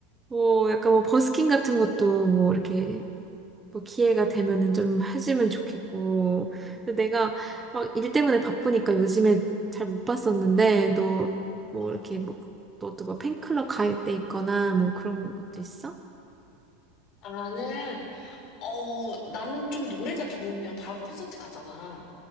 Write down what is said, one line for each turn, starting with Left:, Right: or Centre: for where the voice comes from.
Right: 뭐 약간 뭐 버스킹 같은 것도 뭐 이렇게 뭐 기회가 되면은 좀 해주면 좋겠고. 근데 내가 막 일 때문에 바쁘니까 요즘에 잘 못 봤었는데, 너 뭐
Left: 어,
Right: 이렇게 뭐 너도 뭐 팬클럽 가입돼 있거나 뭐 그런 것도 있어?
Left: 나는, 어, 나는 좀 노래가 좋으면 바로 콘서트 가잖아.